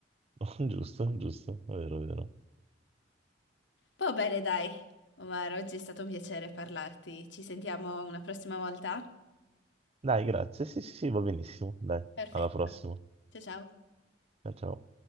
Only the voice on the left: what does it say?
Va bene, dai. Omar, oggi è stato un piacere parlarti. Ci sentiamo una prossima volta?
Perfetto.
Ciao ciao.